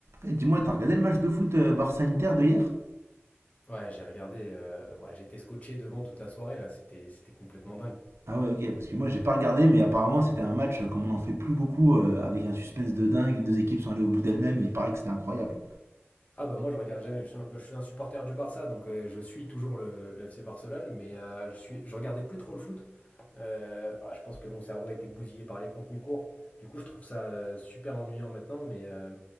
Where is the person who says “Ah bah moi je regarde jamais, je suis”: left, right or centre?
Left